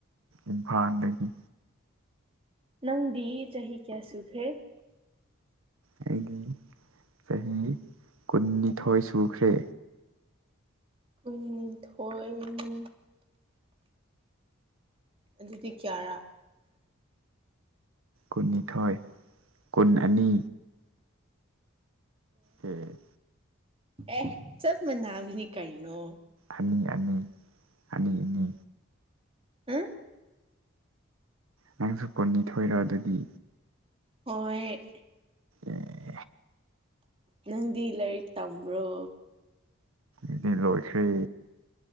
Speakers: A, on the right; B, on the right.
A: ꯏꯝꯐꯥꯜꯗꯒꯤ
B: ꯅꯪꯗꯤ ꯆꯍꯤ ꯀꯌꯥꯁꯨꯒꯔ꯭ꯦ
A: ꯑꯩꯒꯤ ꯆꯍꯤ ꯀꯨꯟꯅꯤꯊꯣꯏ ꯁꯨꯈ꯭ꯔꯦ
B: ꯀꯨꯟꯅꯤꯊꯣꯏꯅꯤ ꯑꯗꯨꯗꯤ ꯀ꯭ꯔꯥ
A: ꯀꯨꯟꯅꯤꯊꯣꯏ ꯀꯨꯟ ꯑꯅꯤ ꯎꯝ
B: ꯑꯦꯍ ꯆꯞ ꯃꯅꯅꯥꯕꯤꯅꯤ ꯀꯥꯏꯅꯣ
A: ꯑꯅꯤ ꯑꯅꯤ ꯑꯅꯤ ꯑꯅꯤ
B: ꯍꯥ
A: ꯅꯪꯁꯨ ꯀꯨꯟꯅꯤꯊꯣꯏꯔꯣ ꯑꯗꯨꯗꯤ
B: ꯍꯣꯏ
A: ꯑꯦ
B: ꯅꯪꯗꯤ ꯂꯥꯏꯔꯤꯛ ꯇꯝꯕ꯭ꯔꯣ
A: ꯏꯗꯤ ꯂꯣꯏꯁ꯭ꯦ